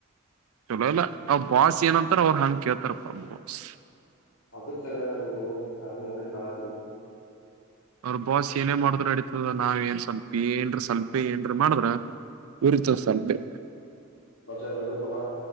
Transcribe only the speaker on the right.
ಚಲೋ ಎಲ್ಲ ಅವ ಬಾಸ್ ಏನಂತಾರ ಅವ್ರು ಹಂಗ ಕೇಳ್ತಾರ ಪ್ರ್ರ್ಮ ಬಾಸ್
ಅವ್ರ ಬಾಸ್ ಏನೇ ಮಾಡ್ ಅಡಿತತದ ನಾವ ಏನ್ ಸ್ವಲ್ಪ ಏನ್ ಸ್ವಲ್ಪೆ ಏನ್ ಮಾಡಿದ್ರ ಉರಿತ ಸ್ವಲ್ಪೆ